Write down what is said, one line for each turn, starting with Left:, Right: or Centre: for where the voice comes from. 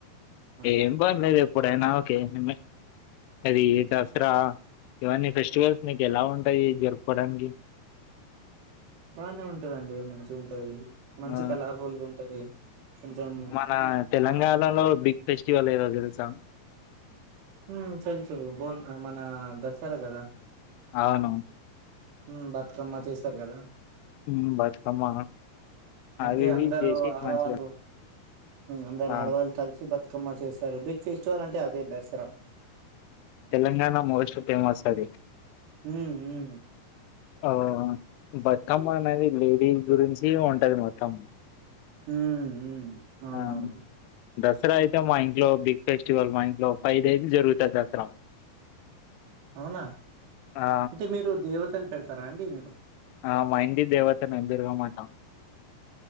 Right: అలా
Left: ఏం పనిలేదు ఎ ఎప్పుడైనా ఓకే <unintelligible> అది దసరా ఇవన్నీ ఫెస్టివల్స్ మీకు ఎలా ఉంటాయి జరుపుకోడానికి
Right: బానే ఉంటదండి మంచిగ ఉంటది మంచి
Left: ఆ
Right: కలర్ఫుల్గా ఉంటది. కొంచెం
Left: మన తెలంగాణలో
Right: జాబ్
Left: బిగ్ ఫెస్టివల్ ఏదో తెలుసా
Right: ఆ తెలుసు బోనక మన దస సరదాగా
Left: అవును
Right: ఆ బతుకమ్మ చేసారు కదా
Left: ఉమ్, బతుకమ్మ
Right: అంటే
Left: అవి ఇవి
Right: అందరు
Left: చేసి
Right: ఆడవాళ్ళు
Left: మంచిగా
Right: అందరు
Left: ఆ
Right: ఆడవాళ్ళు కలిసి బతుకమ్ కమ్మ చేశారు బిగ్ ఫెస్టివల్ అంటే అదే దసరా
Left: తెలంగాణ మోస్ట్ ఫేమస్ అది
Right: ఈ ఈ
Left: ఓ బతుకమ్మ అనేది లేడీ గురించి ఉంటది మొత్తం
Right: మ్ మ్ అవునా
Left: ఆ
Right: అవును
Left: దసరా అయితే మా ఇంట్లో బిగ్ ఫెస్టివల్ మా ఇంట్లో ఫైవ్ డేస్ జరుగుతంది దసరా
Right: అవునా
Left: ఆ
Right: అంటే మీరు దేవత తని పెడతారా అండి మీరు
Left: ఆ మా ఇంటి దేవత మేం దుర్గము అంటాం